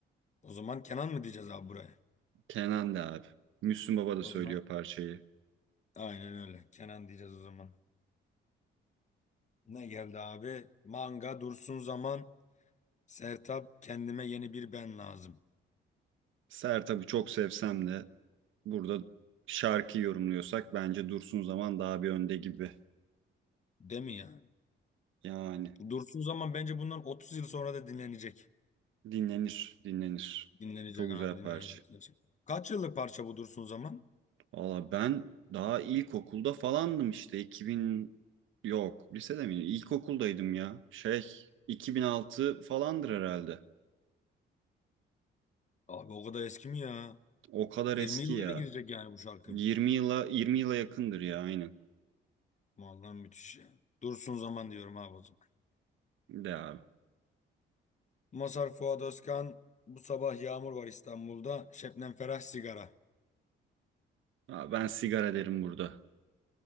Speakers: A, on the left; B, on the right.
A: O zaman Kenan mı diyeceğiz abi buraya?
B: Kenan da abi. Müslüm Baba da
A: O
B: söylüyor
A: zaman
B: parçayı.
A: aynen öyle Kenan diyeceğiz o zaman. Ne geldi abi? Manga Dursun Zaman Sertab Kendime Yeni Bir Ben Lazım.
B: Sertab'ı çok sevsem de Burada şarkı yorumluyorsak bence Dursun Zaman daha bir önde gibi.
A: Değil mi ya?
B: Yani
A: Dursun Zaman bence bundan 30 yıl sonra da dinlenecek.
B: dinlenir, dinlenir.
A: Dinlenecek
B: Çok güzel
A: abi dinlenecek
B: parça.
A: gerçekten. Kaç yıllık parça bu Dursun Zaman?
B: Valla ben daha ilkokulda falandım işte 2000 yok lisede miydim? İlkokuldaydım ya. Şey 2006 falandır herhalde.
A: Abi o kadar eski mi ya?
B: O kadar
A: 20
B: eski
A: yıllara
B: ya.
A: girecek yani bu şarkı.
B: 20 yıla 20 yıla yakındır ya aynen.
A: Vallahi müthiş ya. Dursun Zaman diyorum abi o zaman.
B: De abi.
A: Masar Fuat Özkan bu sabah yağmur var İstanbul'da. Şebnem Ferah sigara.
B: Aa, ben sigara derim burada.